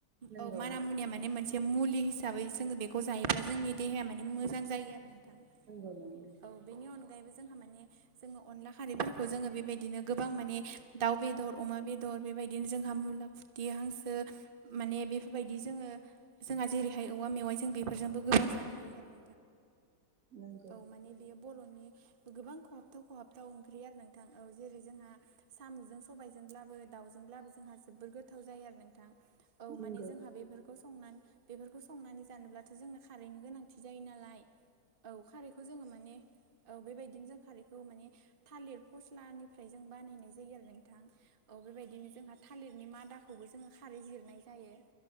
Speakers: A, on the right (about 55°); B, on the right (about 35°).
A: नंगौ
B: औ मान मुनिया मान मोन बे मुलि हिसाबै जोङो बेखौ जायोब्ला जोंनि देहाया माने मोजां जायो आरो नोंथां।
A: नगौ नांगौ
B: औ बेनि अनगायैबो जोंहा माने जोङो अनला खारैफोरखौ जोङो बेबायदिनो गोबां माने दाउ बेदर, अमा बेदर बेबायदिनो जोंहा मुला फुथि हांसो माने बेफोरबायदि जोङो जोंहा जेरैहाय औवा मेवाइ जों बेफोरजोंबो गोबां जानो हायो आरो।
A: नंगौ
B: औ माने बेयो बर'नि गोबां खहाबथाव खहाबथाव ओंख्रि आरो नोंथां औ जेरै जोंहा साम'जों सबायजोंब्लाबो दाउजोंब्लाबो जोंहा जोबोर गोथाव जायो आरो नोंथां। औ
A: नंगौ
B: माने जोंहा बेफोर खौ संनान बेफोरखौ संनानै जानोब्लाथ' जोंनो खारैनि गोनांथि जायो नालाय। औ खारैखौ जोङो माने औ बेबायदिनो जों खारैखौ माने थालिर फस्लानिफ्राय जों बानायनाय जायो आरो नोंथां। औ बेबायदिनो जोंहा थालिरनि मादाखौबो जोङो खारै जिरनाय जायो।